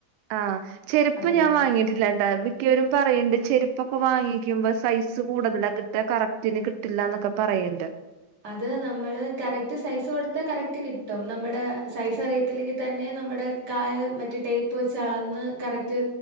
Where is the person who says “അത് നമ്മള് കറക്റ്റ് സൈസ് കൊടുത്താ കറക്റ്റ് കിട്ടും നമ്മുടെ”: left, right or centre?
Right